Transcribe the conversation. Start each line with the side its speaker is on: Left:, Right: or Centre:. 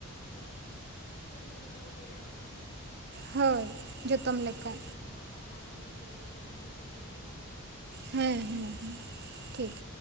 Left: ᱟᱜ ᱜᱟᱹᱰᱤ ᱜᱷᱚᱲᱟ ᱠᱚ ᱛᱮᱭᱟᱨᱚᱜ ᱠᱟᱱᱟ ᱥᱮ ᱟᱭᱢᱟ ᱞᱮᱠᱟ ᱱᱟᱜ
Right: ᱦᱳᱭ
Left: ᱠᱤᱪᱷᱩ ᱠᱟᱹᱢᱤ
Right: ᱡᱚᱛᱚᱢ
Left: ᱠᱚ
Right: ᱞᱮᱠᱟ
Left: ᱦᱩᱭᱩᱜ ᱠᱟᱱᱟ ᱱᱚᱣᱟ ᱠᱚᱦᱚᱸ ᱵᱟᱵᱚᱱ ᱵᱩᱡ ᱫᱟᱲᱮᱭᱟᱜᱼᱟ ᱡᱩᱫᱤ ᱵᱟᱝᱵᱚᱱ ᱥᱮᱪᱮᱫᱚᱜᱼᱟ ᱟᱨᱠᱤ᱾
Right: ᱦᱮᱸ ᱦᱮᱸ ᱦᱮᱸ ᱴᱷᱤᱠ᱾